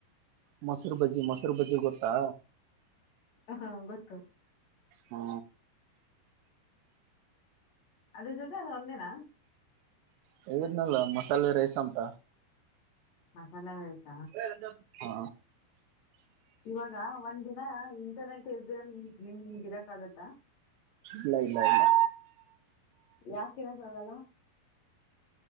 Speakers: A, on the right; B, on the left.
A: ಮೊಸರು ಬಜ್ಜಿ, ಮೊಸರು ಬಜ್ಜಿ ಗೊತ್ತಾ?
B: ಹ ಹಾ ಗೊತ್ತು.
A: ಹ್ಮ
B: ಅದ್ರ ಜೊತೆ ಅದು ಒಂದೇನ?
A: ಹೇಳಿದೆನಲ್ಲ ಮಸಾಲೆ ರೈಸ್ ಅಂತ.
B: ಮಸಾಲ ರೈಸ್.
A: ಹದ ಹಾ
B: ಇವಾಗ ಒಂದ್ ದಿನ ಇಂಟರ್ನೆಟ್ ಎಲ್ದಿರ ನಿಮ್ಗ್ ಇರಕ್ ಆಗತ್ತಾ?
A: ಇಲ್ಲ ಇಲ್ಲ ಇಲ್ಲ.
B: ಯಾಕೆ ಇರಕ್ ಆಗಲ್ಲ?